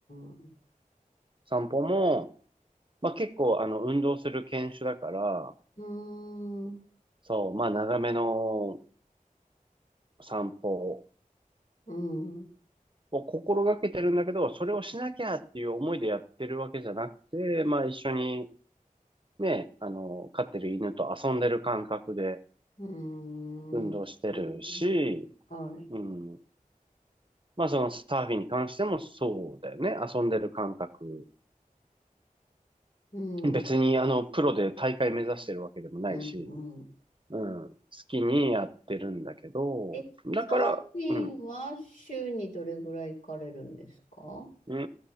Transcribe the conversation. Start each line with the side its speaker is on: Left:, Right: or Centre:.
Left: ん。
Right: 散歩も、まあ結構あの運動する犬種だから、
Left: うーん。
Right: そう、まあ長めの散歩
Left: うん。う
Right: を心がけてるんだけど、それをしなきゃっていう思いでやってるわけじゃなくて、まあ一緒にね、あの、飼ってる犬と遊んでる感覚で
Left: ーん。
Right: 運動してるし、
Left: うーんはい。
Right: うん。まあそのサーフィンに関してもそうだよね。遊んでる感覚。
Left: うん。
Right: 別にあの、プロで大会目指してるわけでもないし、
Left: うん。うん。
Right: うん。好きにやってるんだけど、
Left: え、サーフィンは週にどれぐらい行かれるんですか
Right: だから、うん。うー